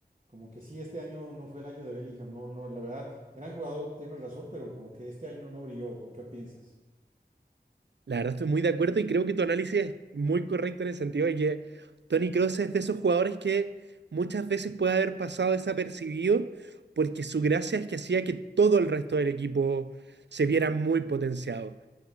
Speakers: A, on the right; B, on the right.
A: Como que sí, este año no fue el año de Bellingham, no, no, la verdad, gran jugador, tienes razón, pero como que este año no brilló, ¿o qué piensas?
B: La verdad estoy muy de acuerdo y creo que tu análisis es muy correcto en el sentido de que Tony Kroos es de esos jugadores que muchas veces puede haber pasado desapercibido porque su gracia es que hacía que todo el resto del equipo se viera muy potenciado